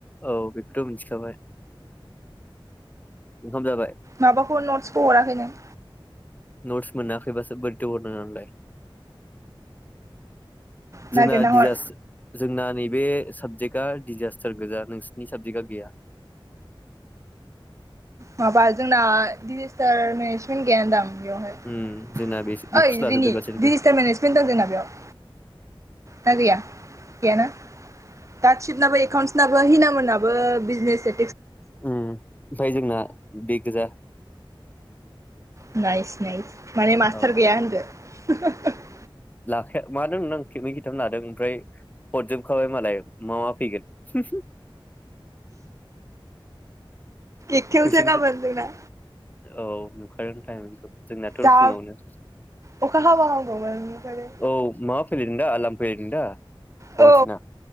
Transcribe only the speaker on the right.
माबाखौ नटसखौ हराखै नों?
नागिरना
हर
माबा जोंना डिजेस्टार मेनसन गैयान दां? बेयावहाय
ओइ
रिनि
डिजिस्टार मेनेसमेन्ट दं जोंना बेयाव? ना गैया गैयाना? गासैनाबो एकाउन्टसनाबो हिनामोननाबो बिजनेस ए
Nice nice. माने मास्टार
गैया होनदो? <unintelligible>
एकथायावसो
गाबोन जोंना।
जा
अखा हाबा हामगौमोन ओमफ्राय
औ